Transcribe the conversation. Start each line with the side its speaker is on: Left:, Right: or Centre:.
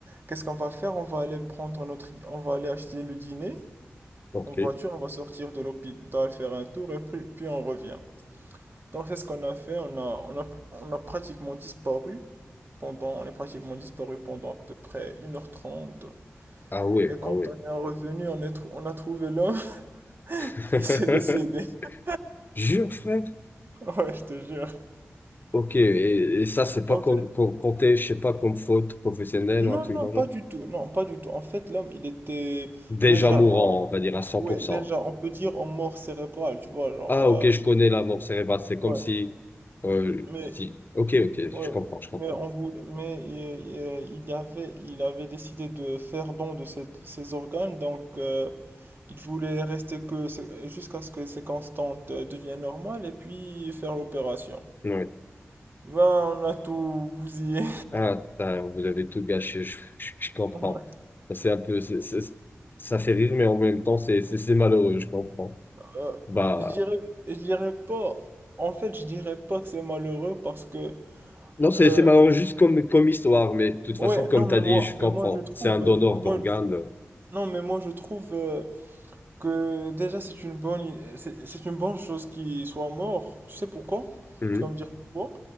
Right: qu'est-ce qu'on va faire? On va aller prendre notre, on va aller acheter le dîner
Left: Ok.
Right: en voiture, on va sortir de l'hôpital, faire un tour et puis, puis on revient. Donc, c'est ce qu'on a fait. On a, on a, on a pratiquement disparu pendant, on est pratiquement disparu pendant à peu près une heure trente
Left: Ah ouais,
Right: Et quand
Left: ah ouais.
Right: on est revenu, on est trou- on a trouvé l'homme
Left: <laughs>
Right: <laughs> qui s'est décédé. <laughs>
Left: Jure, frère.
Right: Ouais, je te jure.
Left: Ok, et, et ça, c'est pas
Right: En
Left: com-
Right: fait,
Left: com- compté, je sais pas, comme faute professionnelle
Right: Non,
Left: ou un truc
Right: non,
Left: dans le
Right: pas
Left: genre.
Right: du tout. Non, pas du tout. En fait, l'homme, il était
Left: Déjà
Right: déjà
Left: mourant,
Right: en,
Left: on va dire à cent
Right: ouais,
Left: pour cent
Right: déjà, on peut dire en mort cérébrale, tu vois, genre,
Left: Ah,
Right: euh,
Left: ok, je connais la mort cérébrale. C'est comme
Right: ouais.
Left: si, euh,
Right: Mais,
Left: si, ok, ok, je
Right: ouais,
Left: comprends, je comprends.
Right: mais on voulait, mais euh, euh, il y avait, il avait décidé de faire don de ses, ses organes, donc euh, il voulait rester que ses- jusqu'à ce que ses constantes euh, deviennent normales et puis faire l'opération.
Left: Oui.
Right: Ben, on a tout bousillé.
Left: Ah, putain, vous avez tout gâché, <laughs> je, je, je comprends.
Right: <laughs>
Left: C'est un peu, c'est, c'est- ça fait rire, mais en même temps, c'est, c'est c'est malheureux, je comprends.
Right: Euh,
Left: Bah,
Right: je dirais, je dirais pas. En fait, je dirais pas que c'est malheureux parce que,
Left: non, c'est,
Right: euh,
Left: c'est malheureux juste comme, comme histoire, mais de toute
Right: ouais,
Left: façon, comme
Right: non,
Left: t'as
Right: mais
Left: dit,
Right: moi,
Left: je comprends.
Right: mais moi, je trouve,
Left: C'est un donneur
Right: euh, mais moi,
Left: d'organes.
Right: non, mais moi, je trouve euh, que déjà c'est une bonne, c'est c'est une bonne chose qu'il soit mort. Tu sais pourquoi?
Left: Mhm.
Right: Tu vas me dire pourquoi?